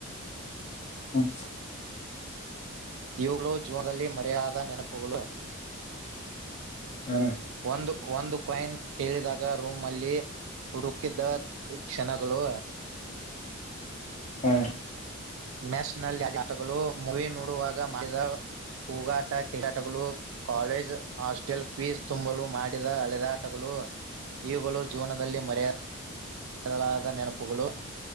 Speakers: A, on the left; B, on the right.
A: ಹ್ಮ್
B: ಇವುಗಳು ಜೀವನದಲ್ಲಿ ಮರೆಯಾಲಾಗದ ನೆನಪುಗಳು
A: ಹಾ
B: ಒಂದು ಒಂದು ಕಾಯಿನ್ ಕೇಳಿದಾಗ ರೂಮ್ಲ್ಲಿ ಹುಡುಕಿದ್ದ ಕ್ಷಣಗಳು
A: ಹಾ
B: ನ್ಯಾಷನಲ್ ಆ ಆಟಗಳು ಮೂವಿ ನೋಡುವಾಗ ಮಾಡಿದ ಕೂಗಾಟ ಕ್ರಡಾಟಗಳು ಕಾಲೇಜ್ ಹಾಸ್ಟೆಲ್ ಫೀಸ್ ತುಂಬಲು ಮಾಡಿದ ಹಳೆದಾಟಗಳು ಇವುಗಳು ಜೀವನದಲ್ಲಿ ಮರೆಯ ದಲಾದ ನೆನಪುಗಳು